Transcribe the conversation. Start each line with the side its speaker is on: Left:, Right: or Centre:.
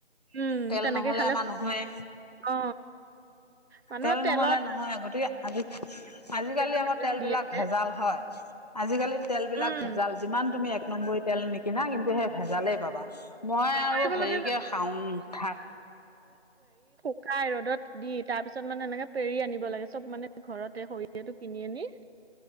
Right: উম
Left: তেল
Right: তেনেকে
Left: নহলে
Right: খালে
Left: আমাৰ নহয়েই।
Right: অ মানুহৰ
Left: তেল
Right: তেলত
Left: নহলে নহয় গতিকে আজি আজিকালি
Right: বেমাৰবিলাক
Left: আকৌ তেল
Right: দি
Left: বিলাক
Right: আছে
Left: ভেজাল হয়, আজিকালি তেল বিলাক
Right: উম
Left: ভেজাল যিমান তুমি। নম্বৰি তেল নিকিনা কিন্তু ভজালেই পাবা। মই আৰু
Right: কৰিব
Left: হেৰিকে
Right: লাগে
Left: খাওঁ ভাত।
Right: খাই ৰ'দত দি তাৰ পিছত মানে এনেকে পেৰি আনিব লাগে, চব মানে ঘৰতে সৰিয়হেটো কিনি আনি।